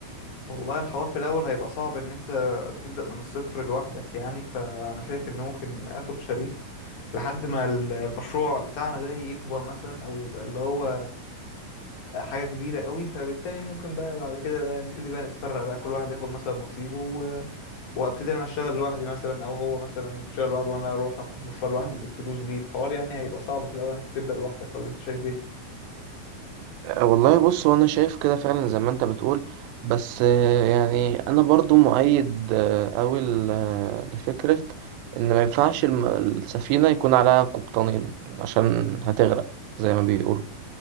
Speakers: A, on the left; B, on the right.
A: والله الحوار في الاول هيبقى صعب ان انت تبدأ من الصفر لوحدك يعني فانا شايف ان ممكن اخد شريك لحد ما ال- المشروع بتاعنا ده يكبر مثلا او يبقى اللي هو حاجة كبيرة قوي فبالتالي ممكن بقى بعد كده بقى نبتدي بقى نتفرق بقى كل واحد ياخد مثلا نصيبه و... وابتدي انا اشتغل لوحدي مثلا او هو مثلا يشتغل لوحده وانا اروح افتح مشروع لوحدي
B: <clears throat>
A: بالفلوس دي الحوار يعني هيبقى صعب في الاول انك تبدأ لوحدك ولا انت شايف ايه؟
B: أه والله بص هو انا شايف كده فعلا زي ما انت بتقول بس آه، يعني انا برضو مؤيد قوي لفكرة ان ما ينفعش الم- السفينة يكون عليها قبطانين عشان هتغرق زي ما بيقولوا